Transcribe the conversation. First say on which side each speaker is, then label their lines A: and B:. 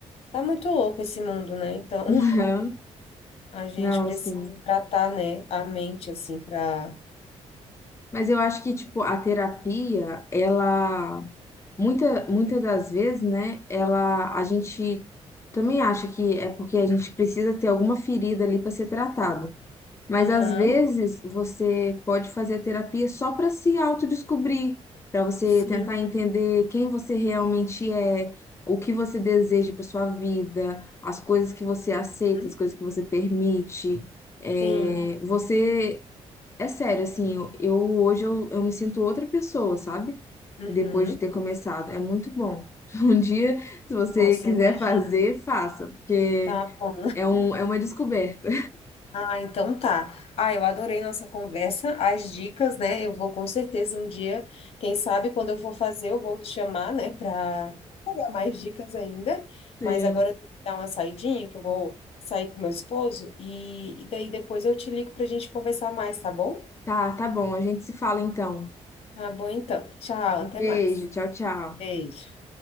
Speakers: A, on the left; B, on the left.
A: tá muito louco esse mundo, né? Então,
B: <laughs>
A: <laughs>
B: Aham.
A: a gente
B: Não,
A: precisa
B: sim.
A: tratar, né, a mente, assim, pra...
B: Mas eu acho que, tipo, a terapia, ela, muita, muitas das vezes, né, ela, a gente também acha que é porque a gente precisa ter alguma ferida ali para ser tratada. Mas
A: Aham,
B: às vezes você pode fazer a terapia só para se autodescobrir, para você
A: sim,
B: tentar entender quem você realmente é, o que você deseja para sua vida, as coisas que você aceita,
A: uhum,
B: as coisas que você permite. É,
A: sim,
B: você é sério, assim, eu, eu- hoje eu, eu me sinto outra pessoa, sabe?
A: uhum.
B: Depois de ter começado. É muito bom. <laughs> Um dia, se você
A: Nossa,
B: quiser
A: eu imagino.
B: fazer, faça, porque
A: Tá bom.
B: é, um, é uma descoberta.
A: Ah, então tá. Ah, eu adorei nossa conversa, as dicas, né? Eu vou com certeza um dia, quem sabe quando eu for fazer, eu vou te chamar, né, para pegar mais dicas ainda.
B: Sim.
A: Mas agora eu tenho que dar uma saidinha, que eu vou sair com meu esposo e, e daí depois eu te ligo para a gente conversar mais, tá bom?
B: Tá, tá bom. A gente se fala então.
A: Tá bom, então. Tchau,
B: Um
A: até
B: beijo,
A: mais.
B: tchau, tchau.
A: Beijo.